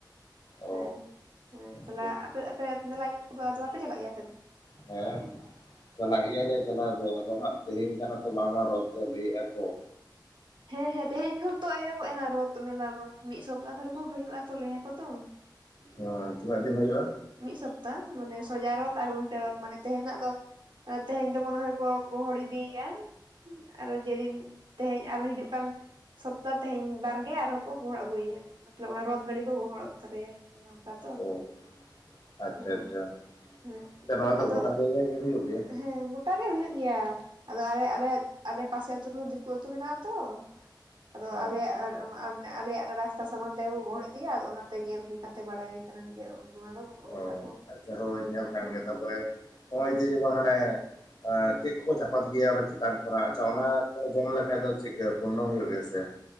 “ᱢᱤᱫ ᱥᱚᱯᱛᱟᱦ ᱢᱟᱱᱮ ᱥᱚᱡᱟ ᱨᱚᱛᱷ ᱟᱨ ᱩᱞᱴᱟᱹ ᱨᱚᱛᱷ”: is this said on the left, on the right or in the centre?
Right